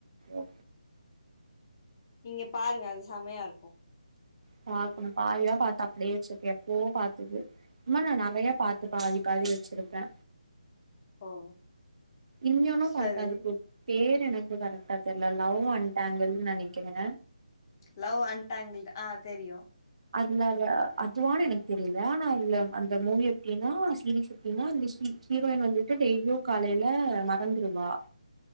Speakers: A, on the right; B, on the left.
A: ஓ
B: நீங்க பாருங்க அது சம்மையா இருக்கு
A: பாக்கணு பாதிதா பாத்து அப்டியே வச்சுருக்கே எ ப்பவோ பாத்தது இந்மாரி நா நறைய பாத்து பாதி பாதி வச்சிருப்பே
B: ஓ
A: இன்யொன்னு பாத்த
B: சரி
A: அதுக்கு பே ரு எனக்கு கரெக்டா தெர்ல லவ் அன் டாங்கிள்னு நெனக்கிறே
B: லவ் அன் டாங்கிள்ட் ஆ தெரியு
A: அதுல அவ அதுவானு எனக்கு தெரில ஆனா அதுல அந்த மூவி எப்டின்னா சீரீஸ் எப்டின்னா அந்த ஹி ஹீரோயின் வந்துட்டு டெய்லியு காலைல மறந்துருவா